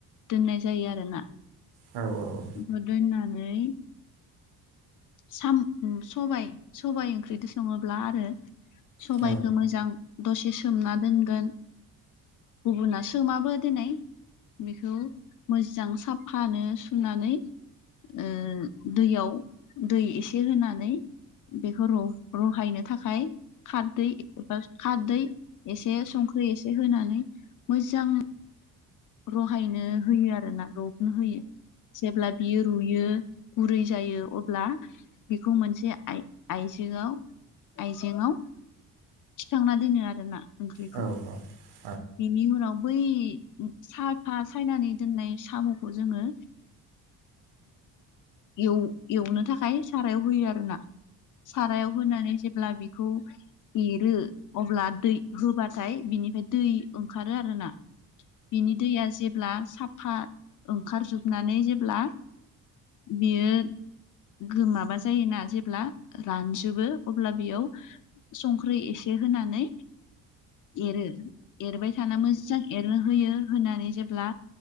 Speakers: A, on the left (about 55°); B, on the right (about 80°).
A: दोननाय जायो आरोना?
B: औ औ औ
A: मदयनानै साम सबाय सबाय ओंख्रिजों सङोब्ला आरो सबायखौ
B: औ
A: मोजां दसे सोमना दोनगोन गुबुना सोमाबो देनाय बेखौ मोजां साफ फानो सुनानै ओ दैयाव दै एसे होनानै बेखौ रहायनो थाखाय खारदै एबा खारदै एसे संख्रि एसे होनानै मोजां रहायनो होयो आरो ना रबनो होयो। जेब्ला बियो रुयो गुरै जायो। ब्ला बेखौ मोनसे आइ आइजेंआव थिखांना दोनो आरोना? ओंख्रिखौ
B: औ औ
A: बिनि उनाव बै साफा सायनानै दोननाय सामुखौ जोङो ओ एवनो थाखाय सारायाव होयो आरो ना? सारायाव होनानै जेब्ला बेखौ एरो अब्ला दै होबाथाय बिनिफ्राय दै ओंखारो आरोना। बिनि दैया जेब्ला साफा ओंखारजोबनानै जेब्ला बियो गोमाबा जायोना जेब्ला रानजोबो अब्ला बेयाव संख्रि एसे होनानै एरो एरबाय थाना मोजां एरनो होयो होनानै जेब्ला